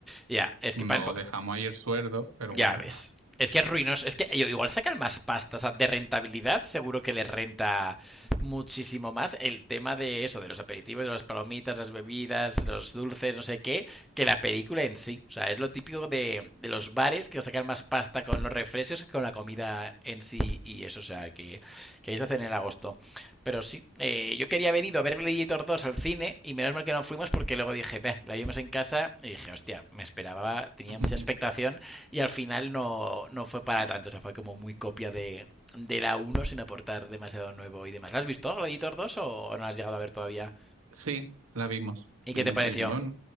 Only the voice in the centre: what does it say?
Ya, es que
pan,
Ya
ves. Es que es ruinoso. Es que yo- igual sacan más pasta, o sea, de rentabilidad. Seguro que les renta muchísimo más el tema de eso, de los aperitivos, de las palomitas, las bebidas, los dulces, no sé qué, que la película en sí. O sea, es lo típico de, de los bares que sacan más pasta con los refrescos que con la comida en sí y eso. O sea, que, que ellos lo hacen en agosto. Pero sí, eh, yo quería haber ido a ver Gladiator 2 al cine y menos mal que no fuimos porque luego dije, "Beh, la vimos en casa y dije, hostia, me esperaba, tenía
mucha expectación y al final no, no fue para tanto, o sea, fue como muy copia de, de la uno sin aportar demasiado nuevo y demás. ¿La has visto, Gladiator 2 o no la has llegado a ver todavía?
¿Y
qué te pareció?